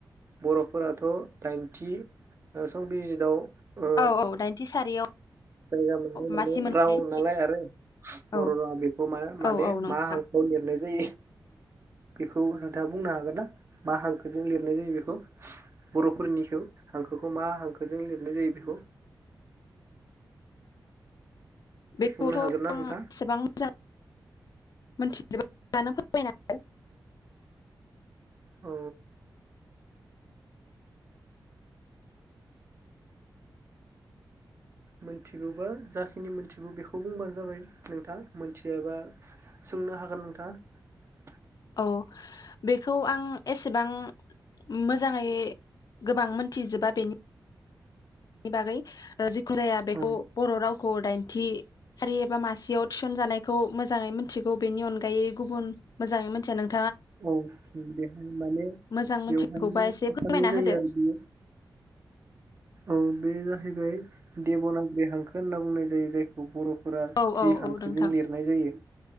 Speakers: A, on the right (about 35°); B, on the left (about 55°).
A: बर'फोराथ' दाइनथि ओ संबिजितआव ओ
B: औ औ दाइनथि सारियाव
A: जायगा मोननाय माने
B: मासि मोनखायो
A: राव नालाय आरो बर'
B: औ
A: रावा बेखौ मा माने
B: औ औ नोंथां
A: मा हांखोआव लिरनाय जायो बेखौ नोंथाङा बुंनो हागोन ना मा हांखोजों लिरनाय जायो बेखौ बर'फोरनिखौ हांखोखौ मा हांखोजों लिरनाय जायो बेखौ
B: बेखौथ'
A: बुंनो हागोन ना
B: एसेबां
A: नोंथां
B: मोजां मिथिजोबानो फोरमायना होदो
A: औ मोनथिगौबा जाखिनि मोनथिगौ बेखौ बुंबानो जाबाय नोंथाङा मोनथियाबा सोंनो हागोन नोंथाङा
B: औ बेखौ आं एसेबां मोजाङै गोबां मोनथिजोबा बेनि नि बागै ओ जि खुदाया बेखौ
A: औ
B: बर' रावखौ दाइन थि सारि एबा मासियाव थिसन जानायखौ मोजाङै मोनथिगौ बेनि अनगायै गुबुन मोजाङै मिथिया नों
A: औ बेहाय माने
B: मोजां मोनथिगौबा
A: बेवहायनो
B: एसे
A: थाफानाय
B: फोरमायना
A: जायो
B: होदो
A: आरो बियो औ बे जाहैबाय देब'नागिरि हांखो होनना बुंनाय जायो जायखौ बर' फोरा
B: औ
A: जि
B: औ
A: हांखोजों
B: औ नोंथां
A: लिरनाय जायो